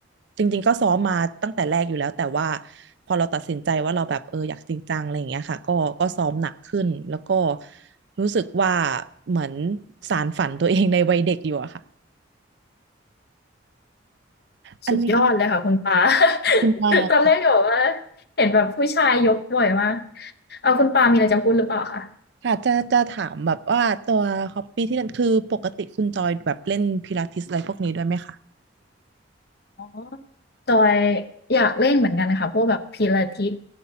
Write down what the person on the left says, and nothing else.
สุดยอดเลยค่ะคุณปา <laughs>
ตอนแรกก็บอกว่าเห็นแบบผู้ชายยกบ่อยมากเอาคุณปามีอะไรจะพูดหรือเปล่าคะ
อ๋อ จอยอยากเล่นเหมือนกันนะคะพวกแบบพิลาทิส